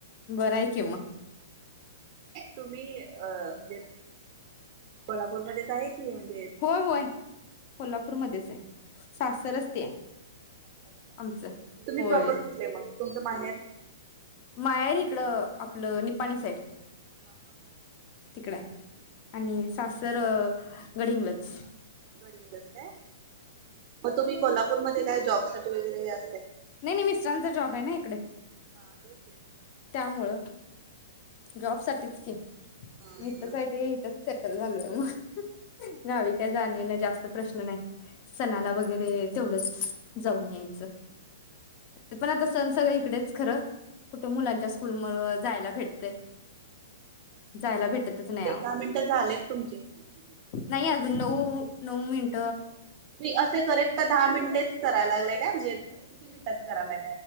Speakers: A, on the left (about 45°); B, on the right (about 40°).
A: बरय की किम
B: तुम्ही अ <unintelligible> कोल्हापूरमध्येध्येच आहे कि म्हणजे
A: होय होय कोल्हापूरमध्येच सासरच ते ये.
B: अच्छा अच्छा
A: आमचं
B: तुम्ही
A: होय
B: प्रॉपर कुठले मग तुमचं माहेर?
A: माहेर इकड आपलं निपाणी साइड.
B: <inaudible>
A: तिकड ये आणि सासर गडहिंग्लज.
B: गडहिंग्लज काये. मग तुम्ही कोल्हा पूरमध्ये काय जॉबसाठी वगैरे या
A: नाही नाही मिस्टरांचा जॉब आहे ना इकडे
B: हा तेच तेच
A: त्यामुळं जॉब साठीच की.
B: हा
A: इथच आहे ते इथच सेटल झालोय मग गावी काय जाणे ना जास्त प्रश्न नाही सणाला वगैरे तेवढंच जाऊन यायचं <unintelligible> आता सण सगळ इकडेच खरं मुलांच्या स्कूल जायला भेट जायला भेटतच
B: बहुतेक
A: नाही ओहो
B: दहा मिनिटं झालेत तुमचे
A: नाही अजून नऊ नऊ मिनट
B: तुम्ही असे करेक्ट दहा मिनिटेच करायला लागलेय काय म्हणजे किती मिनिटाच करायला?